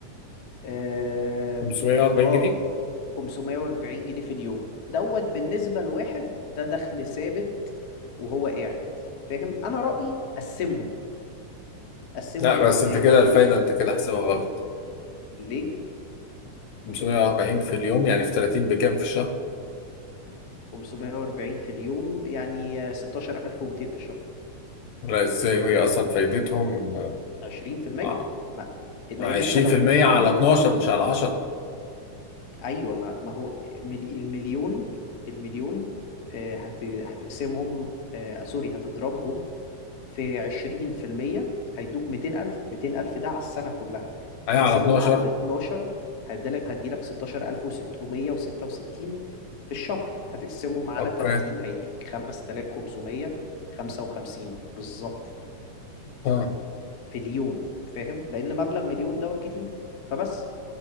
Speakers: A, on the left; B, on the left.
A: اه
B: 540
A: آه،
B: جنيه
A: 540 جنيه في اليوم دوت بالنسبة لواحد ده دخل ثابت وهو قاعد فاهم انا رأيي قسمهم قسمهم
B: لا بس
A: ازاي
B: أنت كده الفايدة أنت كده حسبها
A: مم.
B: غلط
A: ليه
B: 540 في اليوم يعني في 30 بكام في الشهر؟
A: 540 في اليوم يعني 16200 في الشهر
B: لا ازاي وهي اصلا فايدتهم
A: 20%
B: اه
A: ما لان
B: 20%
A: انت لو مليون
B: على 12 مش على 10
A: ايوه ما, ما هو ملي المليون المليون آه، هت هتقسمهم آه، سوري هتضربهم في 20% هيدوك 200000 200000 ده على السنة كلها هتقسمهم
B: هي على 12
A: على ال 12 هيديلك هيديلك 16666 في الشهر هتقسمهم على
B: اوكي
A: 30 هيديك 5555 بالظبط
B: ها
A: في اليوم فاهم لأن مبلغ مليون دوت كتير فبس